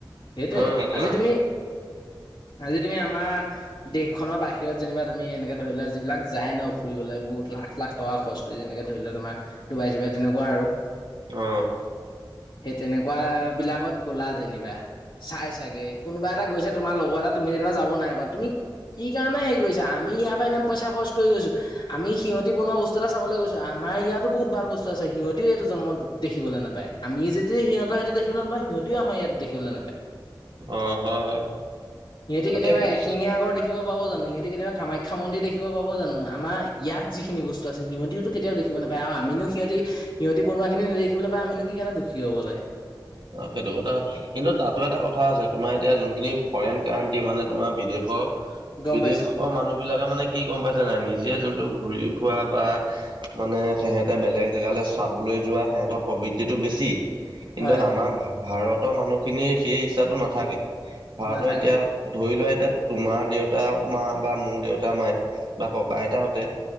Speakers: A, on the left; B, on the right.
A: সেইটোৱে
B: হয় নহয় কোৱা
A: আজি তুমি আজি তুমি আমাৰ দেশখনৰ বাহিৰত যেনিবা তুমি এনেকে ধৰি লোৱা যিবিলাক যায় ন ফুৰিবলৈ বহুত লাখ লাখ লাখ টকা খৰচ কৰি যেনেকে ধৰি ল তোমাৰ ডুবাই চুবাই তেনেকুৱা আৰু।
B: অহ।
A: সেই তেনেকুৱা বিলাকত গ'লা যেনিবা। চাই চাগে কোনোবা এটা গৈছে তোমাৰ লগৰ এটা তুমি যেনিবা যাব নাই পা, তুমি কি কাৰণে হেৰি কৰিছা আম আমি ইয়াৰ পৰা ইমান পইচা খৰচ কৰি গছো আমি সিহতি বনোৱা বস্তু এটা চাবলৈ গৈছো। আমাৰ ইয়াতো বহুত ভাল বস্তু আছে সিহঁতিও এইটো জন্মত দেখিবলৈ নাপায়, আমিয়ে যদি সিহঁত সেইটো দেখিবলৈ নাপায় আম সিহঁতিও আমাৰ ইয়াত দেখিবলৈ নাপায়।
B: অ হয়
A: সিহঁতি কেতিয়াবা
B: হয় এই
A: এশিঙীয়া গড় দেখিব পাব জানো? সিহঁতি কেতিয়াবা কামাখ্যা মন্দিৰ দেখিব পাব জানো আমাৰ ইয়াত যিখিনি বস্তু আছে সিহঁতিও ত কেতিও দেখিব নাপায় আৰু আ আমিনো সিহঁতি সিহঁতি বনোৱাখিনি নেদেখিবলৈ পায় আমিনো কি কাৰণে দুখী হব লাগে।
B: অ সেইটো কথা কিন্তু তাতো এটা কথা আছে তোমাৰ এতিয়া যোনখিনি ফৰেইন কাণ্ট্ৰি মানে তোমাৰ বিদেশৰ
A: গম
B: বিদেশৰ
A: পাইছোঁ
B: মানুহবিলাকে মানে কি গম পাইছে নাই নিজে যোনটো ঘূৰি ফুৰা বা মানে সিহঁতে বেলেগ জেগালৈ চাবলৈ যোৱা সিহঁতৰ প্ৰবৃত্তিটো বেছি। কিন্তু
A: হয়।
B: আমাৰ ভাৰতৰ মানুহখিনিৰ সেই ইচ্ছাটো নাথাকে। ভাৰতৰ
A: নাথাকে
B: এতিয়া ধৰি লোৱা এতিয়া তোমাৰ দেউতা মা বা মোৰ দেউতা, মায়, বা ককা, আইতাহঁতে